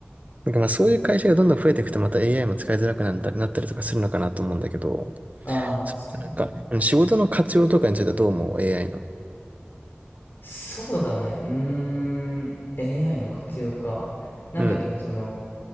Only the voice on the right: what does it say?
なんかまあそういう会社がどんどん増えていくとまた AI も使いづらくなったなったりとかするのかなと思うんだけど、
それってなんか、
うん仕事の活用とかについてはどう思う ?AI の。
うん。